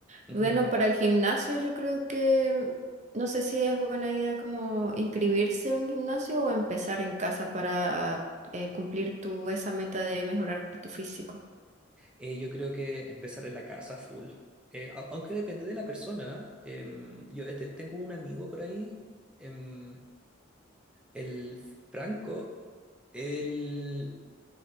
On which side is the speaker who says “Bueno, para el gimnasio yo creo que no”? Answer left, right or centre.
Right